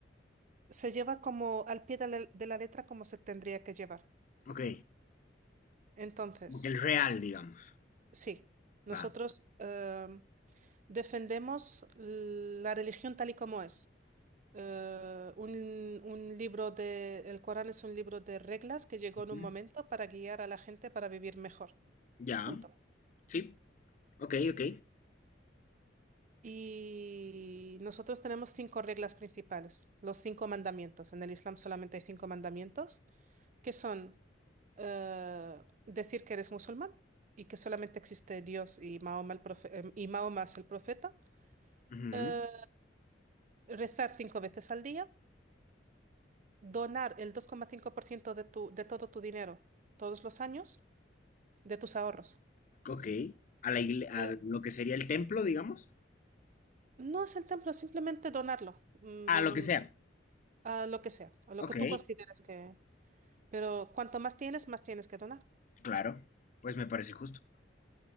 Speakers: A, on the right (about 40°); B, on the left (about 45°).
A: se lleva como al pie de la, de la letra como se tendría que llevar.
B: ok.
A: Entonces,
B: El real, digamos.
A: sí, nosotros
B: Va.
A: eh, Defendemos la religión tal y como es. Eh, un, un libro de, el Corán es un libro de reglas que llegó
B: Ujú.
A: en un momento para guiar a la gente para vivir mejor.
B: Ya,
A: Punto.
B: sí. Ok, ok.
A: Y nosotros tenemos cinco reglas principales, los cinco mandamientos. En el Islam solamente hay cinco mandamientos, que son eh, decir que eres musulmán y que solamente existe Dios y Mahoma, el profe- em, y Mahoma es el profeta,
B: Ujú.
A: eh, rezar cinco veces al día donar el dos coma cinco por ciento de tu, de todo tu dinero todos los años, de tus ahorros.
B: Ok. A la igle-
A: Eh,
B: a lo que sería el templo, digamos.
A: no es el templo, simplemente donarlo, mm,
B: A
A: don-
B: lo que sea.
A: a lo que sea, a lo
B: Ok,
A: que tú consideres que... Pero cuanto más tienes, más tienes que donar.
B: claro. Pues me parece justo.